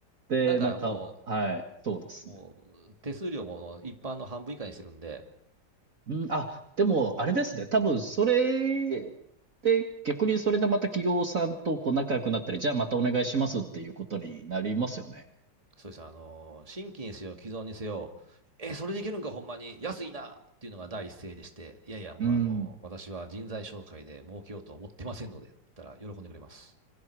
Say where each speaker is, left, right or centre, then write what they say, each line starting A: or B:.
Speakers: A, on the right; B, on the right.
A: で、
B: だからも
A: なんか、はい、そうですね。
B: う、もう、手数料も一般の半分以下にしてるんで、
A: うん、あ、でも、あれですね。多分、それで、逆にそれでまた企業さんとこう仲良くなったり、じゃあまたお願いしますっていうことになりますよね。
B: そうです。あのー、新規にせよ、既存にせよ、え、それでいけるんか、ほんまに、安いなっていうのが第一声でして、いやいや、もうあのー、
A: うん。
B: 私は人材紹介で儲けようと思ってませんので、って言ったら喜んでくれます。